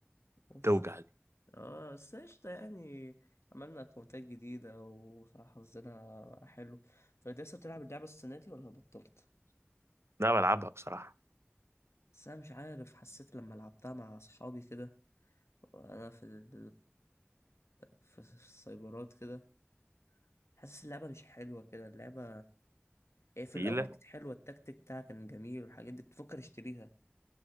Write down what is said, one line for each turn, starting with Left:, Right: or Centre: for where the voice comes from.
Left: بس
Right: توجع دي
Left: اه بس قشطة يعني عملنا أكونتات جديدة وصراحة حظنا حلو طب انت لسه بتلعب اللعبة السنة دي ولا بطلت؟
Right: لا بلعبها بصراحه
Left: بس أنا مش عارف حسيت لما لعبتها مع أصحابي كده وأنا في ال في السايبرات كده حاسس اللعبة مش حلوة كده اللعبة إيه، في
Right: تقيله
Left: الاول كانت حلوه التكتيك بتاعها كان جميل والحاجات دي كنت بفكر اشتريها